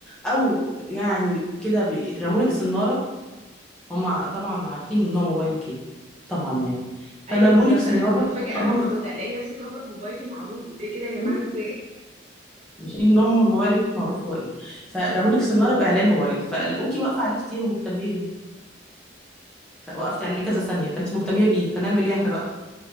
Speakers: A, in the centre; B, on the right.
A: او يعني كده ب- رمولك سناره هم طبعا عارفين نوع موبايلك ايه طبعا
B: مم.
A: يعني فرمولك
B: ايوه بالظبط
A: سناره
B: انا كنت بتفاجئ
A: <laughs>
B: قوي
A: اه
B: الموضوع ده الاقي نفسي كفر موبايلي معروض قدام- ايه ده يا جماعه
A: مم.
B: ازاي
A: عارفين نوع موبايلك معروف هو ايه فرمولك سناره باعلان موبايل فلقوكي واقفه عليه كتير ومهتميه بيه فوقفتي عليه
B: مم.
A: كذا ثانيه فانت مهتميه بيه فنعمل ايه احنا بقى